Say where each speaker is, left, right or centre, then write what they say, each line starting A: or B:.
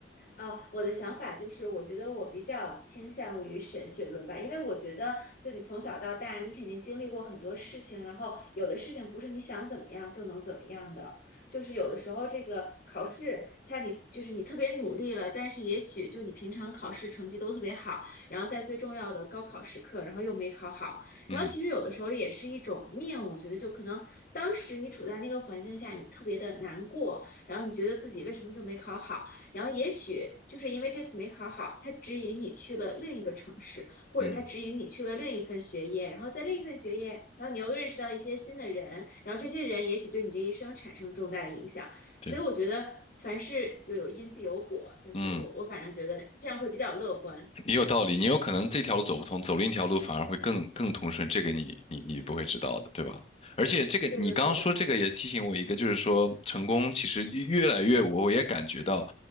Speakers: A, on the left; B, on the left.
A: 哦，我的想法就是，我觉得我比较倾向于神学论吧，因为我觉得，就你从小到大，你肯定经历过很多事情，然后有的事情不是你想怎么样就能怎么样的，就是有的时候这个考试，它你就是你特别努力了，但是也许就你平常考试成绩都特别好，然后在最重要的高考时刻，然后又没考好，然后其实有的时候也是一种命，
B: 嗯
A: 我觉得就可能当时你处在那个环境下，你特别的难过，然后你觉得自己为什么就没考好。然后也许就是因为这次没考好，他指引你去了另一个城市，或者他指引你去了另一份学业，
B: 嗯，
A: 然后在另一份学业，然后你又认识到一些新的人，然后这些人也许对你这一生产生重大的影响。
B: 对，
A: 所以我觉得凡事就有因必有果，就是我我反正觉得这样会比较乐观。
B: 嗯。也有道理，
A: 对，
B: 你有可能这条路走不通，走另一条路反而会更更通顺，这个你你你不会知道的，对吧？而且这个你刚刚说这个也提醒我一个，
A: 对的，对的，
B: 就是说成功其实越越来越，我我也感觉到，